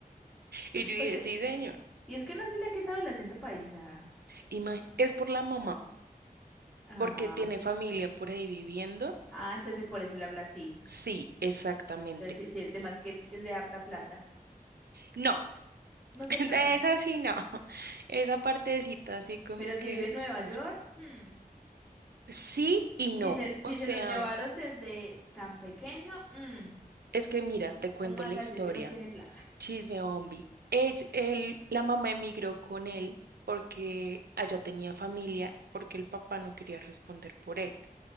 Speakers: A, on the right; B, in the centre.
A: y yo
B: Pues
A: dije,
B: sí.
A: sí, señor.
B: Y es que no se le ha quitado el acento paisa.
A: Ima- es por la mamá,
B: Ah,
A: porque tiene familia por ahí viviendo.
B: ah, entonces por eso él habla así.
A: Sí, exactamente.
B: Entonces, sí, sí, es de más que es de harta plata.
A: no
B: No
A: <laughs>
B: es de plata.
A: De esa sí no, <laughs> esa partecita así como
B: Pero si
A: que
B: vive en Nueva
A: fallo.
B: York, hmm,
A: Sí y no,
B: Si se, si
A: o sea,
B: se lo llevaron desde tan pequeño, mm,
A: es que mira, te cuento
B: ¿cómo vas
A: la
B: a
A: historia,
B: decir que no tiene plata?
A: chisme bombi. Ell- él- la mamá emigró con él porque allá tenía familia, porque el papá no quería responder por él.